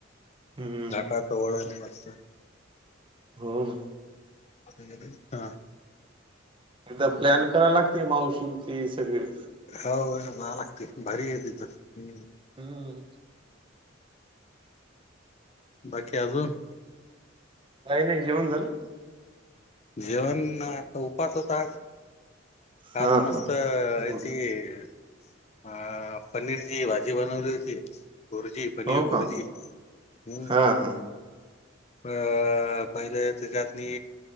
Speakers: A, on the right; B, on the left.
A: हम्म.
B: जाता आता ओळयले मस्त.
A: हो ना.
B: <unintelligible> हा.
A: एकदा प्लॅन करायला लागते मावशींती सगळे.
B: हो जा लागते भारी आहे तिथ, हम्म.
A: हम्म.
B: बाकी आजून?
A: काही नाही जेवण झालं?
B: जेवण नाही आता, उपास होता आज. काल
A: हा,
B: मस्त
A: हा.
B: याची
A: हो
B: अ पनीरची भाजी बनवली होती बुरजी. पनीर
A: हो
B: बुरजी,
A: का?
B: हम्.
A: हा, हा.
B: अ पहिले त्याच्यातनी,